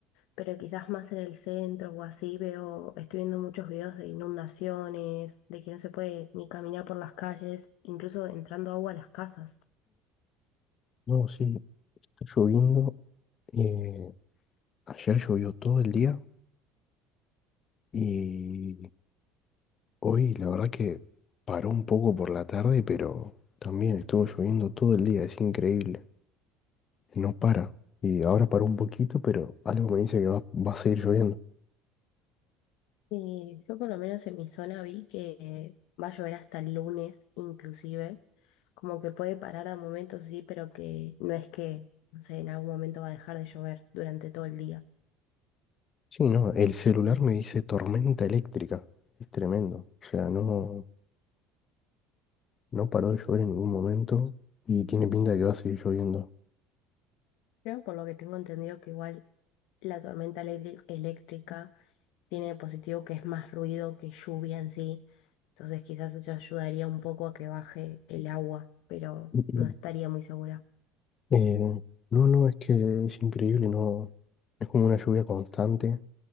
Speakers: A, on the left; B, on the left.
A: pero quizás más en el centro o así veo, estoy viendo muchos videos de inundaciones, de que no se puede ni caminar por las calles, incluso entrando agua a las casas.
B: No, sí, está lloviendo. eh, ayer llovió todo el día y hoy la verdad que paró un poco por la tarde, pero también estuvo lloviendo todo el día, es increíble. No para. Y ahora paró un poquito, pero algo me dice que va, va a seguir lloviendo.
A: Y yo por lo menos en mi zona vi que va a llover hasta el lunes, inclusive, como que puede parar a momentos, sí, pero que no es que, no sé, en algún momento va a dejar de llover durante todo el día.
B: Sí, no, el celular me dice tormenta eléctrica. Es tremendo. O sea, no, no paró de llover en ningún momento y tiene pinta de que va a seguir lloviendo.
A: Creo por lo que tengo entendido que igual la tormenta eléctri- eléctrica tiene de positivo que es más ruido que lluvia en sí. Entonces quizás eso ayudaría un poco a que baje el agua, pero
B: <clears throat>
A: no estaría muy segura.
B: Eh, no, no, es que es increíble, no. Es como una lluvia constante